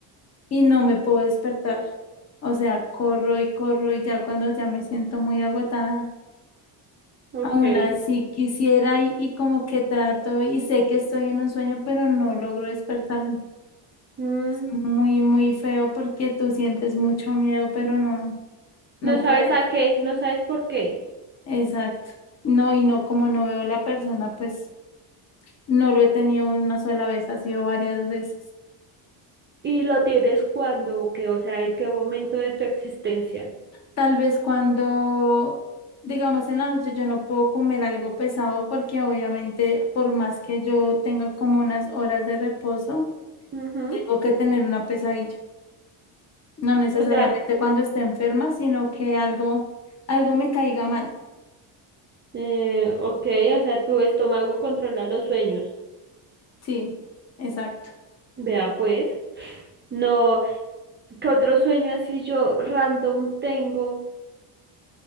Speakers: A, on the left; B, on the right.
A: y no me puedo despertar. O sea, corro y corro y ya cuando ya me siento muy agotada,
B: ok.
A: aún así quisiera y, y como que trato y sé que estoy en un sueño, pero no logro despertarme.
B: Mm,
A: Muy, muy feo porque tú sientes mucho miedo, pero no, no
B: no sabes
A: puedes.
B: a qué, no sabes por qué.
A: Exacto. No, y no, como no veo la persona, pues no lo he tenido una sola vez, ha sido varias veces.
B: Y lo tienes cuando o qué, o sea, en qué momento de tu existencia.
A: Tal vez cuando, digamos, en la noche yo no puedo comer algo pesado porque obviamente por más que yo tenga como unas horas de reposo,
B: Ujú.
A: tengo que tener una pesadilla. No necesariamente
B: O sea,
A: cuando esté enferma, sino que algo, algo me caiga mal.
B: eh, ok, o sea, tu estómago controla los sueños.
A: Sí, exacto.
B: Vea pues. No, ¿qué otro sueño así yo random tengo?